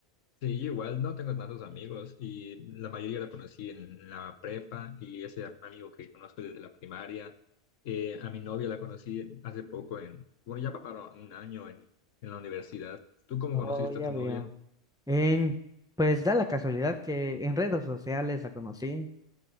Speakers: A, on the left (about 80°); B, in the centre.
A: Sí, yo igual no tengo tantos amigos y la mayoría la conocí en la prepa y ese amigo que conozco desde la primaria. eh, a mi novia la conocí hace poco en, bueno, ya para un año en, en la universidad. ¿Tú cómo
B: Oh,
A: conociste
B: ya
A: a tu
B: veo.
A: novia?
B: Em, pues da la casualidad que en redes sociales la conocí